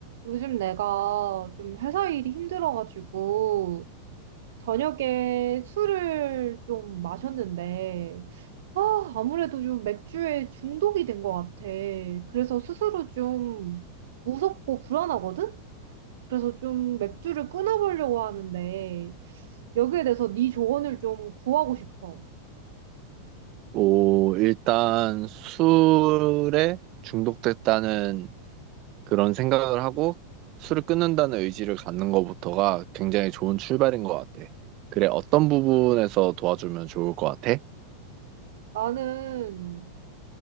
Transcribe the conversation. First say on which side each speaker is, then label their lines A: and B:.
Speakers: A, on the right; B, on the right.
A: 요즘 내가 좀 회사 일이 힘들어가지고 저녁에 술을 좀 마셨는데 아, 아무래도 좀 맥주에 중독이 된 것 같아. 그래서 스스로 좀 무섭고 불안하거든? 그래서 좀 맥주를 끊어보려고 하는데 여기에 대해서 네 조언을 좀 구하고 싶어.
B: 오, 일단 술에 중독됐다는 그런 생각을 하고 술을 끊는다는 의지를 갖는 것부터가 굉장히 좋은 출발인 것 같아. 그래, 어떤 부분에서 도와주면 좋을 것 같아?
A: 나는